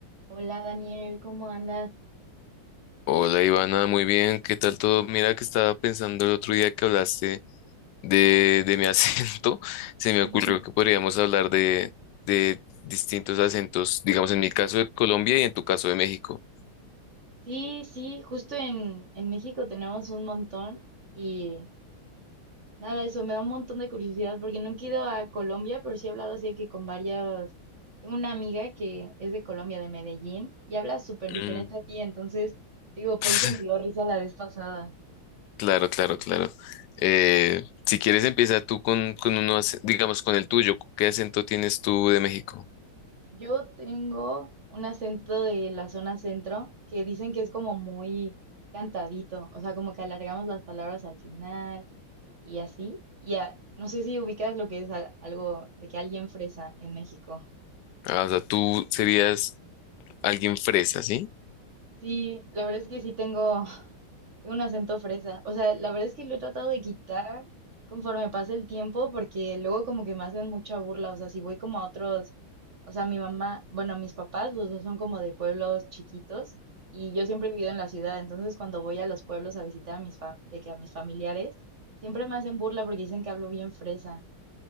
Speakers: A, on the right; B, on the left.
A: Hola Daniel, ¿cómo andas?
B: Hola Ivana, muy bien, ¿qué tal todo? Mira que estaba pensando el otro día que hablaste de, de mi <laughs> acento, se me
A: <laughs>
B: ocurrió que podríamos hablar de, de distintos acentos, digamos en mi caso de Colombia y en tu caso de México.
A: Sí, sí, justo en, en México tenemos un montón y nada, eso me da un montón de curiosidad porque nunca he ido a Colombia, pero sí he hablado así que con varias, tengo una amiga que es de Colombia, de Medellín, y habla súper diferente
B: Mm.
A: a ti, entonces digo, por
B: <laughs>
A: eso me dio risa la vez pasada.
B: Claro, claro, claro. Eh, si quieres empieza tú con, con uno, ace- digamos con el tuyo, ¿qué acento tienes tú de México?
A: Yo tengo un acento de la zona centro que dicen que es como muy cantadito, o sea, como que alargamos las palabras al final. y así. Y a- no sé si ubicas lo que es al- algo de que alguien fresa en México.
B: Ah, o sea, tú serías alguien fresa, ¿sí?
A: Sí, la verdad es que sí tengo, <laughs> tengo un acento fresa. O sea, la verdad es que lo he tratado de quitar conforme pasa el tiempo porque luego como que me hacen mucha burla. O sea, si voy como a otros, o sea, mi mamá, bueno, mis papás, los dos son como de pueblos chiquitos y yo siempre he vivido en la ciudad. Entonces, cuando voy a los pueblos a visitar a mis fa- de que a mis familiares, siempre me hacen burla porque dicen que hablo bien fresa.